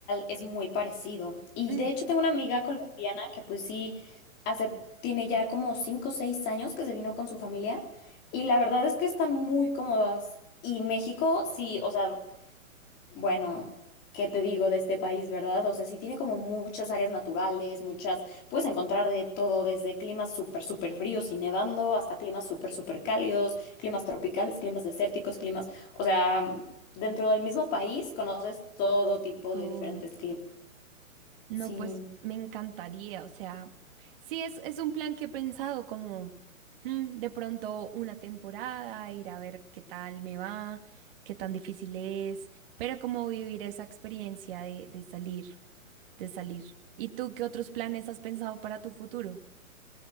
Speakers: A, on the left; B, on the right.
A: es muy parecido. Y
B: Ujú.
A: de hecho tengo una amiga colombiana que pues sí, hace, tiene ya como cinco o seis años que se vino con su familia y la verdad es que están muy cómodas. Y México, sí, o sea, bueno, ¿qué te digo de este país, verdad? O sea, sí tiene como muchas áreas naturales, muchas, puedes encontrar de todo, desde climas súper, súper fríos y nevando, hasta climas súper, súper cálidos, climas tropicales, climas desérticos, climas, o sea, dentro del mismo país conoces todo tipo
B: Todo.
A: de diferentes climas.
B: No,
A: Sí,
B: pues me encantaría, o sea, sí es, es un plan que he pensado como mm, de pronto una temporada, ir a ver qué tal me va, qué tan difícil es, pero como vivir esa experiencia de, de salir, de salir. ¿Y tú qué otros planes has pensado para tu futuro?